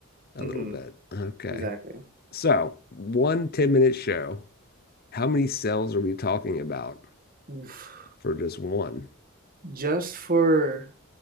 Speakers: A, on the left; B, on the right.
A: a
B: hmm
A: little bit. Okay.
B: Exactly.
A: So, one ten minute show, how many cells are we talking about
B: Oof.
A: for just one?
B: Just for